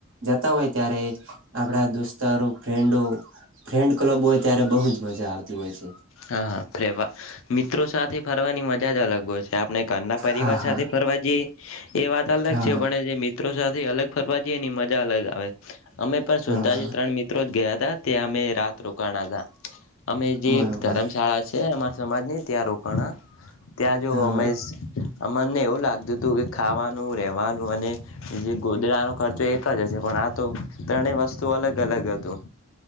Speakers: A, on the right (about 60°); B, on the left (about 65°).
A: જતા હોય ત્યારે આપણા દોસ્તારો ફ્રેન્ડો ફ્રેન્ડ ક્લબ હોય ત્યારે બહુ જ મજા આવતી હોય છે.
B: હા હા ફવા મિત્રો સાથે ફરવાની મજા જ અલગ હોય છે આપણે. ક ના પરિવાર
A: હા હા
B: સાથે ફરવા જઈ. એ વાત અલગ
A: હા
B: છે પણ જે મિત્રો સાથે અલગ. ફરવા જઈએ એની મજા અલગ આવે. અમે પણ સુંંધાજી
A: હા હા
B: ત્રણ મિત્રો જ ગયા હતા. તે અમે રાત રોકાણા જા. અમે જે.
A: બરોબર
B: ધરમ શાળા છે એમાં. સમાજને ત્યાં રોકાણ. ત્યાં જ
A: હા
B: અમેશ
A: હા
B: મને એવું લાગતું હતું કે ખાવાનું રહેવાનું અને જે ગોધડાનો ખર્ચો એક જ હશે પણ આ તો ત્રણેય વસ્તુ અલગ અલગ હતું